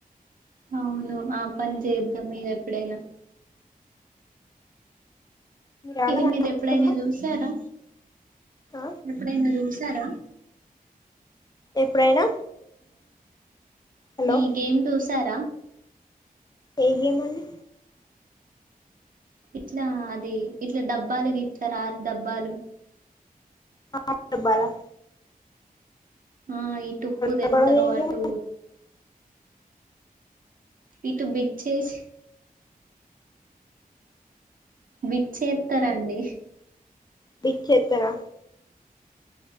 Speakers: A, on the right; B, on the left.
A: అవును. ఆ పని చేద్దాం ఇగ ఎప్పుడైనా
B: ఆడరా
A: ఇది మీరు
B: హాస్టల్లో
A: ఎప్పుడైనా జుసారా
B: ఆ
A: ఉ ఎప్పుడైనా జుసి <unintelligible>
B: ఎప్పుడైనా హలో
A: ఈ గేమ్ చూసార్ రా
B: ఏ గేమండి
A: ఇట్లా అది ఇట్లా డబ్బాలు తీత్తరు. ఆరు డబ్బాలు
B: ఆరు డాబ్బాలా
A: ఆ ఇటు ఉప్పు తెత్తరు.
B: డబ్బాలో ఏం
A: అటు
B: గేమ్
A: ఇటు బిచ్చేసి బిచ్చ ఏత్తరండి.
B: బిచ్చెత్తరా